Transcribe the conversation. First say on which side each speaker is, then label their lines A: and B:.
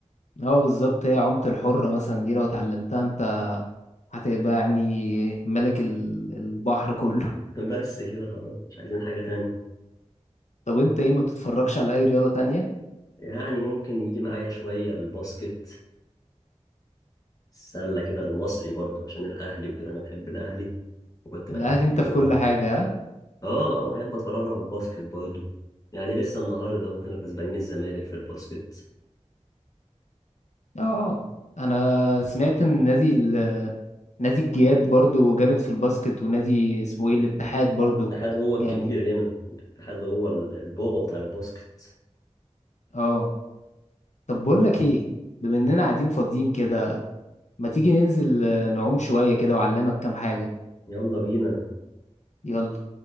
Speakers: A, on the left (about 75°); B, on the left (about 30°).
A: اه بالظبط هي عومة الحرة مثلا دي لو اتعلمتها انت هتبقى يعني ملك ال- البحر كله
B: <laughs> بس كده خلاص مش عايزين حاجة تانية
A: <laughs> طب انت ايه ما بتتفرجش على اي رياضة تانية
B: يعني ممكن يجي معايا شوية الباسكت السلة كده المصري برضو عشان الأهلي وكده أنا بحب الأهلي وكنت
A: الاهلي
B: بحب
A: انت
B: أتفرج
A: في كل حاجة ها
B: آه آه أحب أتفرجه على الباسكت برضو يعني لسه النهاردة هو كانوا كسبانين الزمالك في الباسكت
A: اه انا سمعت ان نادي ال نادي الجياد برضو جامد في الباسكت ونادي اسمه ايه الاتحاد برضو
B: الاتحاد هو الكبير
A: يعني
B: هنا الاتحاد هو ال- البابا بتاع الباسكت
A: اه طب بقول لك ايه بما اننا قاعدين فاضيين كده ما تيجي ننزل آه، نعوم شوية كده وأعلمك كام حاجة
B: يلا بينا
A: يلا